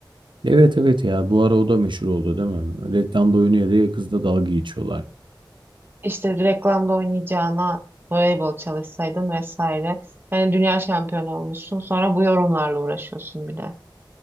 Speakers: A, on the right; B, on the right.
A: Evet evet ya bu ara o da meşhur oldu değil mi? Reklamda oynuyor diye kızla dalga geçiyorlar.
B: İşte reklamda oynayacağına voleybol çalışsaydın vesaire. Yani dünya şampiyonu olmuşsun sonra bu yorumlarla uğraşıyorsun bir de.